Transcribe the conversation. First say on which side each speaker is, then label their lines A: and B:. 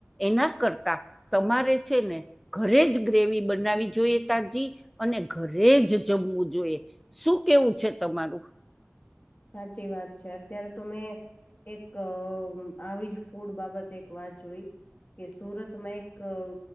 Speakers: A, in the centre; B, on the left.
A: એના કરતા તમારે છે ને ઘરે જ ગ્રેવી બનાવી જોઈએ તાજી અને ઘરે જ જમવું જોઈએ. શું કેવું છે તમારું?
B: સાચી વાત છે. અત્યારે તો વે એક અહ આવી જ ફૂડ બાબતે એક વાત જોઈ કે સુરતમાં એક અહ